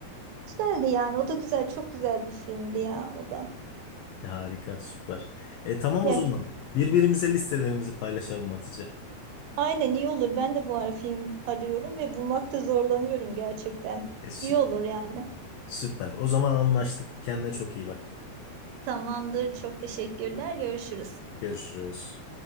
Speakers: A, on the right; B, on the left.
A: Güzeldi yani. O da güzel. Çok güzel bir filmdi ya o da.
B: Harika, süper. E tamam
A: Ya,
B: o zaman. Birbirimize listelerimizi paylaşalım Hatice.
A: aynen iyi olur. Ben de bu ara film arıyorum ve bulmakta zorlanıyorum gerçekten.
B: E, sü-
A: İyi olur yani.
B: süper. O zaman anlaştık. Kendine çok iyi bak.
A: Tamamdır. Çok teşekkürler. Görüşürüz.
B: Görüşürüz.